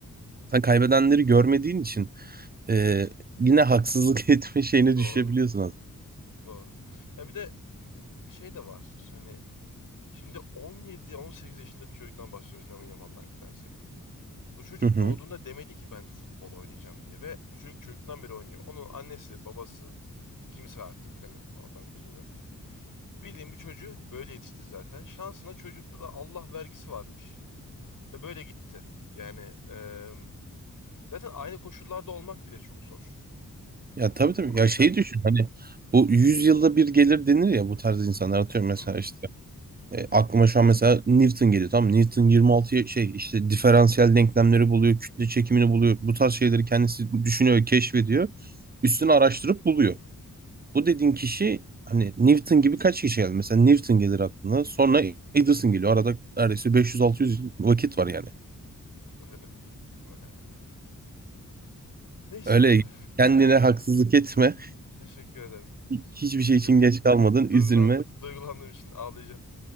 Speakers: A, on the right (about 30°); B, on the left (about 75°).
A: sen kaybedenleri görmediğin için e, yine haksızlık <laughs> etme şeyine
B: Doğru.
A: düşebiliyorsun aslında.
B: Doğru. Ya bir de hmm, şey de var. Hani şimdi 17-18 yaşında bir çocuktan bahsediyoruz Lamine Yamal'dan gidersek. Bu çocuk
A: Hı hı.
B: doğduğunda demedi ki ben futbol oynayacağım diye ve bu çocuk çocuktan beri oynuyor. Onun annesi, babası, kimse artık hani onu ben bilmiyorum. Bildiğim bir çocuğu hani böyle yetişti zaten. Şansına çocukta da Allah vergisi varmış. Ve böyle gitti. Yani e, zaten aynı koşullarda olmak bile çok zor.
A: Ya tabii tabii
B: O
A: ya
B: yüzden
A: şey düşün hani bu 100 yılda bir gelir denir ya bu tarz insanlar atıyorum
B: hı
A: mesela
B: hı,
A: işte E, aklıma şu an mesela Newton geliyor. Tamam Newton 26 şey işte diferansiyel denklemleri buluyor, kütle çekimini buluyor. Bu tarz şeyleri kendisi düşünüyor, keşfediyor. Üstüne araştırıp buluyor. Bu dediğin kişi hani Newton gibi kaç kişi geldi? Mesela Newton gelir aklına. Sonra Edison geliyor. Arada neredeyse 500-600 yıl vakit var yani.
B: öyle. Öyle ya. Neyse
A: Öyle
B: abi.
A: kendine haksızlık etme.
B: Teşekkür ederim.
A: Hiçbir
B: Şimdi
A: şey
B: gidip
A: için geç kalmadın.
B: duygulan,
A: Üzülme.
B: duygulandığım için ağlayacağım.